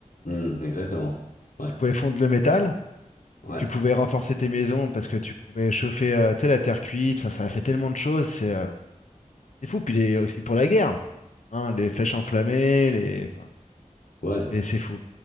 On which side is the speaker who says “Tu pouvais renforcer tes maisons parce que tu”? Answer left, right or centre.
Left